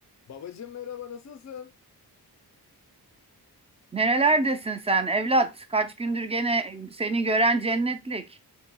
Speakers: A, on the left; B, on the right.
A: Babacım merhaba nasılsın?
B: Nerelerdesin sen evlat? Kaç gündür gene seni gören cennetlik.